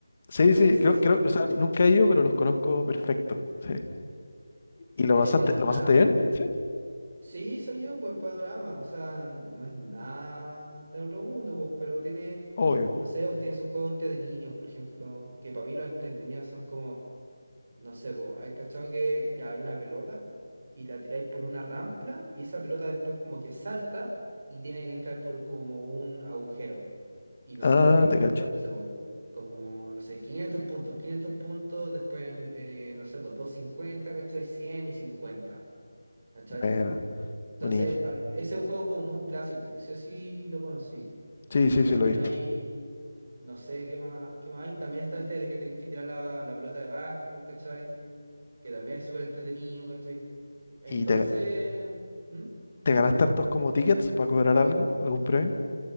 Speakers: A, on the left; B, on the right.
A: Sí,
B: Sí,
A: sí,
B: <laughs> sí,
A: creo,
B: sí.
A: creo, o sea, nunca he ido, pero los conozco perfecto. Sí. ¿Y lo
B: Eh,
A: pasaste, lo
B: nada,
A: pasaste bien? Sí.
B: sí, son yo un buen panorama. O sea, no es nada de otro mundo, pues, pero tiene,
A: Obvio.
B: no sé, pues tiene esos juegos entretenidos, por ejemplo, que para mí los entretenidos son como No sé, vos, hay cachado que ya hay una pelota y la tiráis por una rampla y esa pelota después como que salta y tiene que entrar por como un agujero. Y no
A: Ah,
B: sé, pues ahí,
A: te cacho.
B: no sé, pues como, no sé, 500 puntos, 500 puntos, después, eh, no sé, pues 250 ¿cachai? 100 y 50 ¿cachai?
A: Buena,
B: Entonces,
A: buenísimo.
B: al- ese es un juego como muy clásico, que sí o sí lo conocí.
A: Sí,
B: Y
A: sí,
B: también
A: sí, lo he visto.
B: hay, no sé, ¿qué más, qué más hay? También está este de que tenés que tirar la, la pelota de básquetbol, ¿cachai? que también es súper entretenido, ¿cachai? Entonces,
A: Y te,
B: ¿Mm?
A: ¿Te ganaste hartos como tickets para cobrar algo? ¿Algún premio?